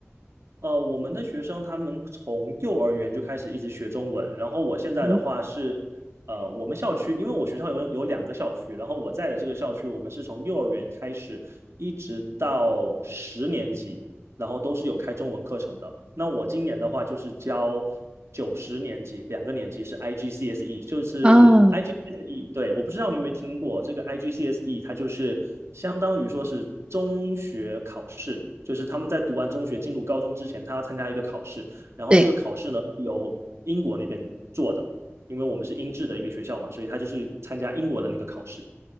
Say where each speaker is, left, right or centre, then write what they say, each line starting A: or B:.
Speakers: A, on the right (about 70°); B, on the right (about 20°).
A: 呃，我们的学生他们从幼儿园就开始一直学中文，然后我现在的话是，
B: 嗯
A: 呃，我们校区，因为我学校有有两个校区，然后我在的这个校区，我们是从幼儿园开始一直到十年级，然后都是有开中文课程的。那我今年的话就是教九十年级，两个年级是 IGCSE，就是
B: 啊，
A: IGCSE。对，我不知道你有没有听过这个 IGCSE，它就是相当于说是中学考试，就是他们在读完中学进入高中之前，他要参加一个考试，然后这个考试呢由英国那边做的，
B: 对。
A: 因为我们是英制的一个学校嘛，所以他就是参加英国的那个考试。